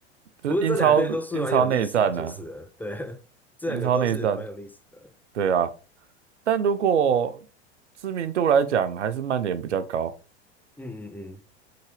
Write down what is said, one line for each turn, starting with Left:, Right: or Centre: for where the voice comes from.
Right: 就是英超英超内战啊，
Centre: 不过这两队都是蛮有历史的，就是了对，<laughs> 这两个都是蛮有历史的。
Right: 英超内战，对啊。但如果知名度来讲，还是曼联比较高。
Centre: 嗯嗯嗯，